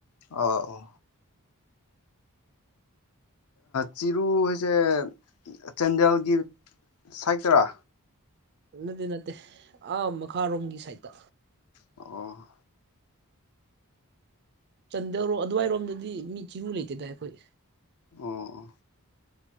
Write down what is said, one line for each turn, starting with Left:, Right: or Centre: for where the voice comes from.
Left: ꯑꯣ ꯆꯤꯔꯨ ꯍꯥꯏꯁꯦ ꯆꯥꯟꯗꯦꯜꯒꯤ ꯁꯥꯏꯠ ꯇꯔꯥ
Right: ꯅꯠꯇꯦ ꯅꯠꯇꯦ ꯑꯥ ꯃꯈꯥꯔꯣꯝꯒꯤ ꯁꯥꯠꯇ
Left: ꯑꯣ
Right: ꯆꯟꯗꯧꯔꯣ ꯑꯗꯨꯋꯥꯏꯔꯣꯝꯗꯗꯤ ꯃꯤ ꯆꯤꯅꯨ ꯂꯩꯇꯦꯗꯏ ꯑꯩꯈꯣꯏ
Left: ꯑꯣ